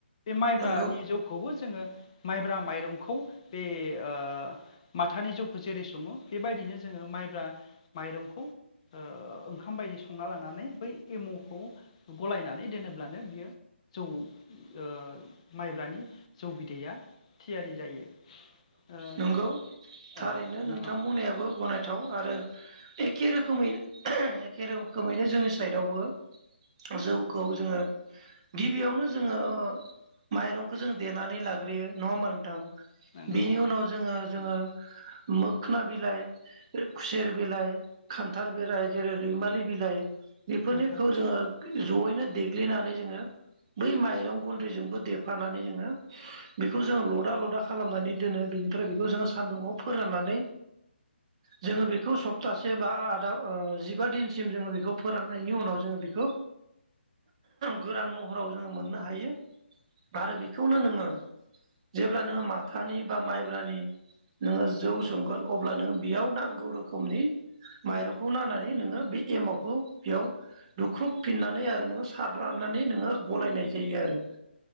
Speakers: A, on the left; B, on the right.
A: बे माइब्रानि
B: नंगौ
A: जौखौबो जोङो माइब्रा माइरंखौ बे ओ माथानि जौखौ जेरै सङो बेबायदिनो जोङो माइब्रा माइरंखौ ओ ओंखाम बायदि संना लानानै बै एमावखौ गलायनानै दोनोब्लानो बियो जौ ओ माइब्रानि जौ बिदैया थियारि जायो। ओ
B: नोंगौ थारैनो
A: औ नोंथां
B: नोंथांमोनायाबो गनाय थाव आरो एखे रोखोमै एखे रोखोमैनो जोंनि साइदावबो जौखौ जोङो गिबियावनो जोङो माइरंखौ जों देनानै लाग्रोयो नङा होमबा नोंथां। बिनि
A: नंगौ
B: उनाव ओ जोङो मोखोना बिलाइ खुसेर बिलाइ खान्थाल बिलाइ जेरै रैमालि बिलाइ बेफोरनिखौ
A: नंगौ
B: जोङो जयैनो देग्लिनानै जोङो बै माइरं गुन्दैजोंबो देफानानै जोङो बेखौ जोङो लदा लदा खालामनानै दोनो बेनि थारै बेखौ जोङो सान्दुुङाव फोराननानै जोङो बेखौ सप्तासे बा आदा ओ जिबा दिनसिम जोङो बेखौ फोराननायनि उनाव जोङो बेखौ गोरान महराव जोङो मोननो हायो आरो बेखौनो नोङो जेब्ला नोङो माथानि बा माइ बोरानि नोङो जौ संगोन अब्ला नोङो बेयाव नांगौ रोखोमनि माइरंखौ नानानै नोङो बे एमावखौ बेयाव दुख्रुबफिननानै आरो नोङो सारलानानै नोङो गलायनाय जायो आरो